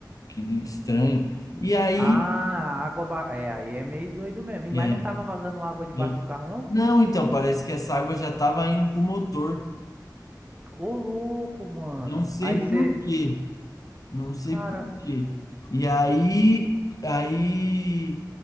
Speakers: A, on the left (about 50°); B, on the right (about 20°).
A: que estranho. E aí,
B: Ah, água. Ba... É, aí é meio doido mesmo. E-
A: é,
B: Mas não tava vazando água debaixo
A: aí-
B: do carro, não?
A: não, então parece que essa água já estava indo para o motor.
B: Ô, louco, mano.
A: Não sei
B: Aí você.
A: por quê, não sei
B: Cara.
A: por quê. E aí, aí